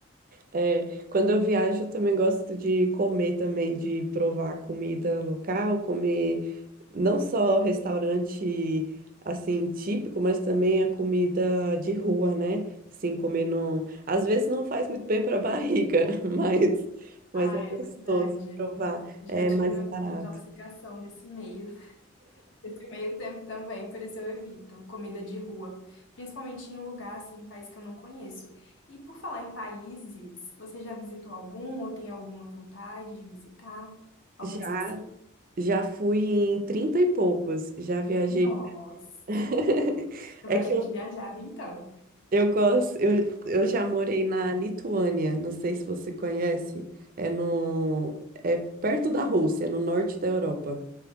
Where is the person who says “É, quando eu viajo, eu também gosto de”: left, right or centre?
Right